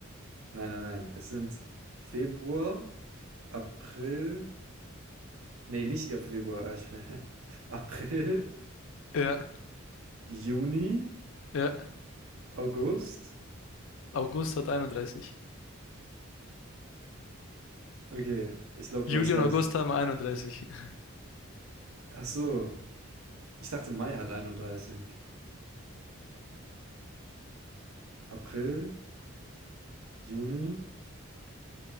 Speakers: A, on the right (about 85°); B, on the left (about 70°).
A: Nein, nein, nein. Es sind Februar, April. Nee, nicht ihr Februar. äh, Ich, <laughs> April,
B: Ja,
A: Juni,
B: ja.
A: August.
B: August hat 31.
A: Okay, ich glaube,
B: Juli
A: du hast recht.
B: und August haben 31. <laughs>
A: Ach so. Ich dachte, Mai hat einunddreißig. April, Juni,